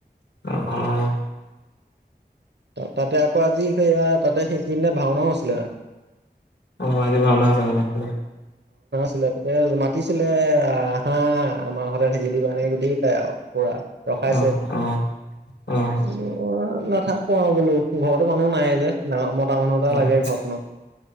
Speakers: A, on the left; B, on the right.
A: অ', অ'।
B: তাতে আকৌ আজি সেইয়া তাতে সেইখিনিতে ভাওনাও আছিলে।
A: অ', আজি ভাওনা আছে বোলো।
B: ছিল তাকে মাতিছিলে অহ, আহা আমাৰ ঘতে থাকি দিবা এনেকে গোটেইকেইটাই আৰু পুৰা। ৰখাইছে
A: অ', অ', অ', অ',
B: বোলো নাথাকো আৰু বোলো ঘৰতো মান নুহ নাই যে, ডাঙৰ মতা মানুহ এটা
A: অ',
B: লাগে ঘৰখনত।